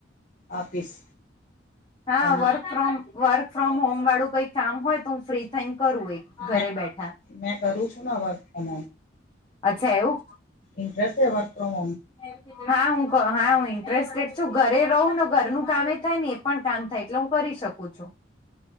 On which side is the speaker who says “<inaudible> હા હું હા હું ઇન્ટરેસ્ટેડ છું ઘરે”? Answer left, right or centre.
Left